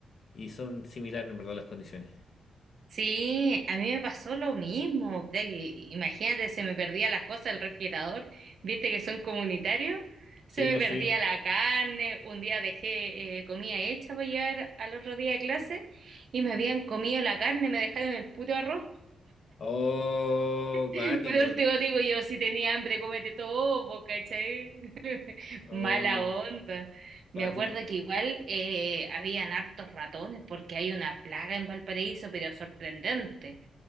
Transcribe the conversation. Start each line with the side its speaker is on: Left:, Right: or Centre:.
Left: y son similares en verdad las condiciones.
Right: Sí, a mí me pasó lo mismo. Puta que- Imagínate, se me perdían las cosas del refrigerador, viste que son comunitarios,
Left: Sí,
Right: se me
Left: pues
Right: perdía
Left: sí.
Right: la carne, un día dejé eh, comida hecha para llevar al otro día de clase y me habían comido la carne, me dejaron el puto arroz.
Left: Oh,
Right: <laughs>
Left: cuático.
Right: Por último digo yo, si tenía hambre, cómete todo, po, ¿cachai? <laughs>
Left: Oh,
Right: Mala onda.
Left: cuático.
Right: Me acuerdo que igual eh, habían hartos ratones porque hay una plaga en Valparaíso, pero sorprendente.